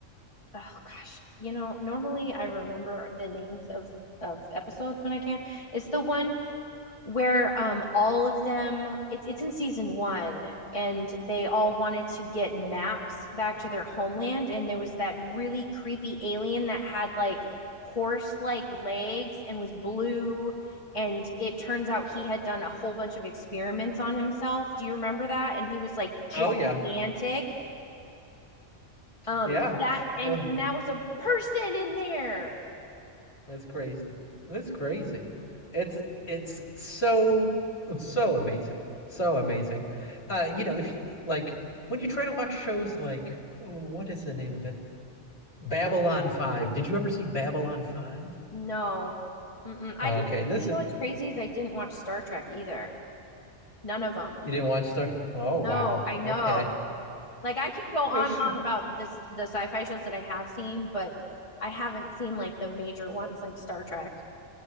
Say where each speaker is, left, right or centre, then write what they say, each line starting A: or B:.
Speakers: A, on the left; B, on the left.
A: oh gosh, you know, normally I remember the names of of episodes when I can. It's the one where um all of them it's it's in season 1 and they all wanted to get maps back to their homeland and there was that really creepy alien that had like horse like legs and was blue and it turns out he had done a whole bunch of experiments on himself. Do you remember that? And he was like gigantic.
B: oh yeah,
A: Um
B: yeah.
A: that and
B: Uh,
A: and that was a person in there.
B: That's crazy. That's crazy. It's it's so so amazing. So amazing. Uh, you know, if like when you try to watch shows like oh, what is the name of it? Babylon 5. Did you ever see Babylon 5?
A: No. Mm-mm. I
B: Okay,
A: didn't you
B: this
A: know what's crazy is I didn't watch Star Trek either. None of them.
B: you didn't watch the Oh
A: No,
B: wow.
A: I know.
B: Okay.
A: Like I can go on
B: <laughs>
A: and on about this the sci-fi shows that I have seen, but I haven't seen like the major ones like Star Trek.